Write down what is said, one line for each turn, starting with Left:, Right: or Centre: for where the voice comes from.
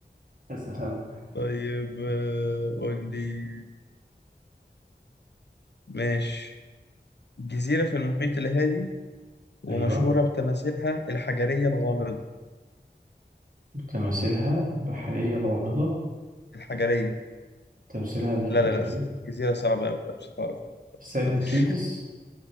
Right: يا سلام
Left: طيب آه، قول لي ماشي جزيرة في المحيط الهادي ومشهورة
Right: أيوة
Left: بتماثيلها الحجرية الغامضة
Right: تماثيلها بحرية الغامضة
Left: الحجرية
Right: تمثيلها الحجري
Left: لا لا لا جزيرة صعبة أوي لا مش هتعرف لا، خلاص
Right: سان
Left: بلاش
Right: كيتس
Left: <laughs>